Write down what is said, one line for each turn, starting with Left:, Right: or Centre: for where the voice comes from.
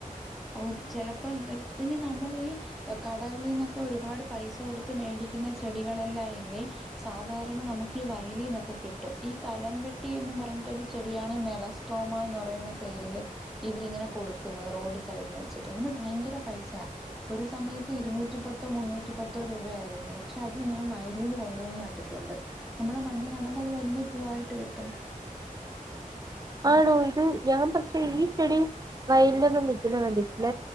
Centre: ഓ ചെലപ്പോം പിന്നെ നമ്മളീ കടകളീന്നൊക്കെ ഒരുപാട് പൈസ കൊടുത്ത് മേടി ക്കുന്ന ചെടികളെല്ല ഇല്ലേ സാധാര നമുക്ക് ഈ വയലിന്നൊക്കെ കിട്ടും ഈ കലം വെട്ടി ന്ന് പറയുന്ന ചെടിയാണ് മേലസ്ട്രോമാന്ന് പറയുന്ന പേരില് ഇവരിങ്ങനെ കൊടുക്കുന്നത് റോഡ്സൈഡിൽ സൈഡിൽ വെച്ചിട്ട് അതിന് ഭയങ്കര പൈസയ ഒരു സമയത്ത് ഇരുന്നൂറ്റി പത്തോ മുന്നൂറ്റി പത്തോ രൂപയായിരുന്നു പക്ഷെ അതും ഞാൻ വയലീന്ന് കൊണ്ടുവന്ന് നട്ടിട്ടുണ്ട് നമ്മളെ മണ്ണി നടമ്പോ അത് വലിയ പൂവായിട്ട് കിട്ടും
Right: ആണോ ഇത് ഞാൻ പക്ഷേ ഈച്ചെടി വയല്ലോന്നും നിക്കുന്നെ കണ്ടിട്ടില്ല